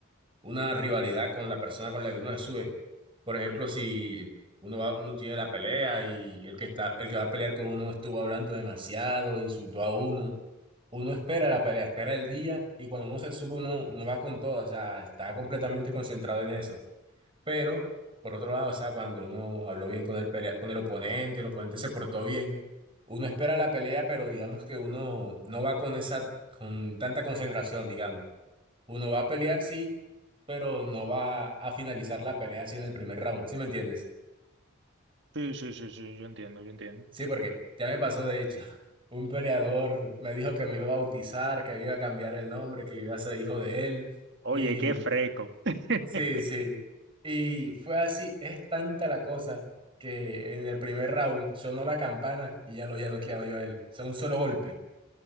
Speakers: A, on the right; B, on the right.
A: una rivalidad con la persona con la que uno se sube. Por ejemplo,
B: Ujú.
A: si uno va, uno tiene la pelea y el que está, el que va a pelear con uno estuvo hablando demasiado, insultó a uno. uno espera la pelea, espera el día y cuando uno se sube uno, uno va con todo, o sea, está completamente concentrado en eso. Pero, por otro lado, o sea, cuando uno habló bien con el pelea, con el oponente, el oponente se portó bien, uno espera la pelea, pero digamos que uno no va con esa, con tanta concentración, digamos. Uno va a pelear, sí, pero no va a finalizar la pelea así en el primer round, ¿sí me entiendes?
B: Sí, sí, sí, sí, yo entiendo, yo entiendo.
A: Sí, porque ya me pasó, de hecho, <laughs> un peleador me dijo que me iba a bautizar, que me iba a cambiar el nombre, que iba a ser hijo de él.
B: Oye,
A: Y
B: qué fresco. <laughs>
A: sí, sí. Y fue así, es tanta la cosa que en el primer round sonó la campana y ya lo había noqueado yo a él. O sea, un solo golpe,